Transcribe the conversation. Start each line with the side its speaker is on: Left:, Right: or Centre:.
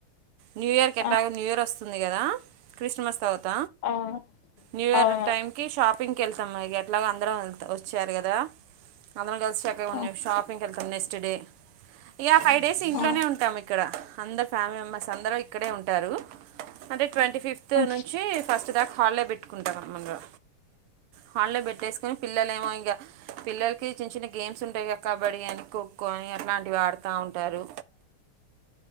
Right: న్యూ ఇయర్ ఎట్టాగొ
Left: ఆ
Right: న్యూ ఇయర్ వస్ ఉంది కదా క్రిస్టమస్ తర్వాత
Left: ఆ
Right: న్యూ ఇయర్
Left: అవును
Right: టైమ్ కి షాపింగ్. కెళ్తాం ఎట్లాగ అందరం ఎల్త వచ్చారు కదా అందరం కల్సి చక్కగా కొంచెం
Left: ఆ
Right: షాపింగ్కి ఎళ్తాం అనేస్ టుడే ఇగా ఫైవ్ డేస్ ఇంట్లోనే
Left: ఆ
Right: ఉంటాం ఇక్కడ అందర్ ఫ్యామిలీ మెంబె. ర్స్ అందరం ఇక్కడే ఉంటారు అంటే ట్వంటి ఫిఫ్త్
Left: ఆ
Right: నుంచి ఫస్ట్ దాక. హాళ్ళో బెట్టుకుంటాం అందంగా హాల్లో పెట్టేస్కొని పిల్లలు ఏమో ఇగ పిల్లలకి చిన్న గేమ్స్ ఉంటాయ్ గ కబడ్డీ అని ఖోఖో ఎట్లాంటివి ఆడుతా ఉంటారు.
Left: అ